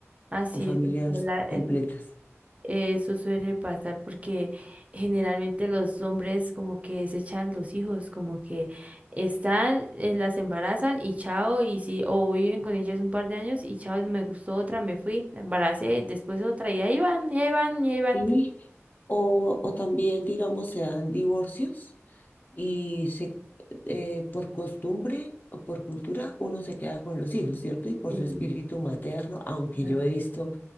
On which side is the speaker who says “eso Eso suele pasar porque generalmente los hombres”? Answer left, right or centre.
Right